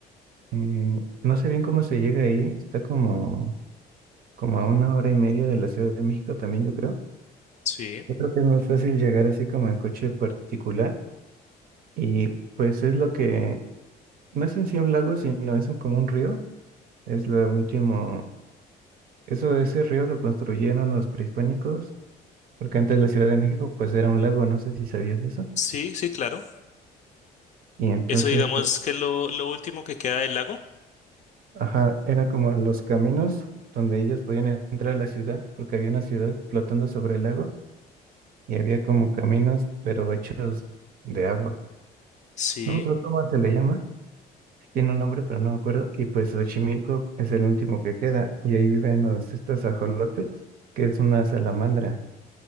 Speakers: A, on the right; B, on the left.
A: eh, no sé bien cómo se llega ahí, está como, como a una hora y media de la Ciudad de México también, yo creo.
B: Sí,
A: Yo creo que es más fácil llegar así como en coche particular. Y pues es lo que, no es en sí un lago, sino es un, como un río. Es lo último, eso, ese río lo construyeron los prehispánicos, porque antes la Ciudad de México pues era un lago, no sé si sabías eso.
B: sí, sí, claro.
A: Y entonces,
B: Eso digamos que es lo, lo último que queda del lago.
A: ajá, era como los caminos donde ellos podían entrar a la ciudad, porque había una ciudad flotando sobre el lago y había como caminos, pero hechos de agua.
B: Sí.
A: No me acuerdo cómo se le llama, tiene un nombre, pero no me acuerdo. Y pues Xochimilco es el último que queda. Y ahí viven los, estos ajolotes, que es una salamandra,